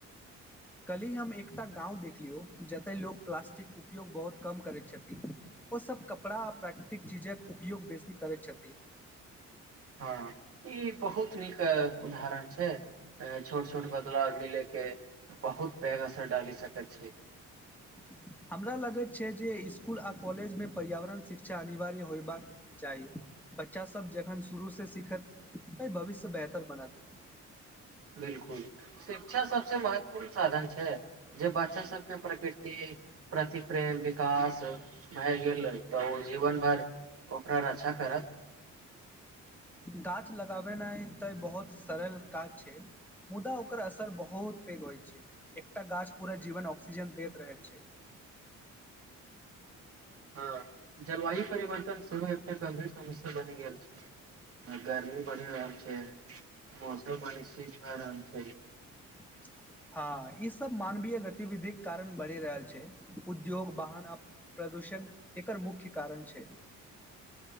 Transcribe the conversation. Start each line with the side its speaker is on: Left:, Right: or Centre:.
Centre: कल्हि हम एकटा गाउ देखलियौ जतय लोक प्लास्टिक उपयोग बहुत कम करैत छथिन ओसभ कपड़ा आ प्राकृतिक चीजक उपयोग बेसी करैत छथि
Right: हँ ई बहुत नीक उदाहरण छै छोट छोट बदलाव मिले के बहुत पैघ असर डाली सकैत छै
Centre: <unintelligible> हमरा लगैत छै जे स्कुल आ कॉलेज में पर्यावरण शिक्षा अनिवार्य होयबाक चाही बच्चासभ जखन शुरूसँ सीखत एहि भविष्य बेहतर बनत
Right: बिल्कुल शिक्षा सबसे महत्वपूर्ण साधन छै जे बच्चा सबके प्रकृति प्रतिक्रिया विकास भाहर गेलल तऽ ओ जीवन भर ओकरा रक्षा करत
Centre: गाछ लगाबेनाइ तऽ बहुत सरल काज छै मुदा ओकर असर बहुत पैघ होइत छै एकटा गाछ पूरा जीवनऑक सीजन दैत रहैत छै
Right: हँ जलवायु परिवर्तन सेहो एकटा गभीर समस्या बनि गेल छै गर्मी बढ़ि रहल छै मौसम अनिश्चित भ रहल छै
Centre: <inaudible> हँ ई सब मानवीय गतिविधिके कारण बढ़ि रहल छै उद्योग वाहन प्रदूषण एकर मुख्य कारण छै